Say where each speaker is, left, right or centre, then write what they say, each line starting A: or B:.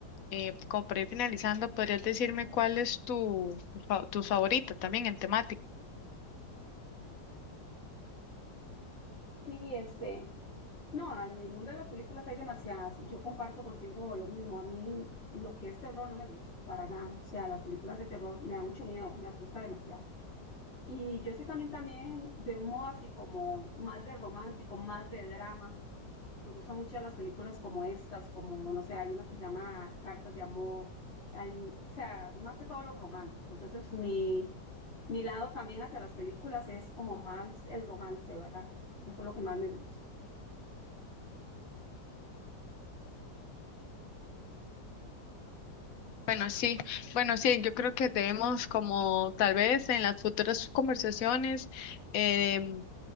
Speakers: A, on the left (about 55°); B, on the left (about 35°).
A: eh, como para ir finalizando, ¿podrías decirme cuál es tu, fa- tu favorita también en temática?
B: Sí, este, no, en el mundo de las películas hay demasiadas y yo comparto contigo lo mismo, a mí lo que es terror no me gusta para nada, o sea, las películas de terror me da mucho miedo, me asusta demasiado. Y yo soy también, también de un modo así como más de romántico, más de drama Me gustan mucho las películas como estas, como, no sé, hay unas que se llama Cartas de Amor, hay, o sea, más que todo lo romántico. Entonces, mi, mi lado también hacia las películas es como más el romance, ¿verdad? Eso es lo que más me gusta.
A: Bueno, sí, bueno, sí, yo creo que debemos como tal vez en las futuras conversaciones em,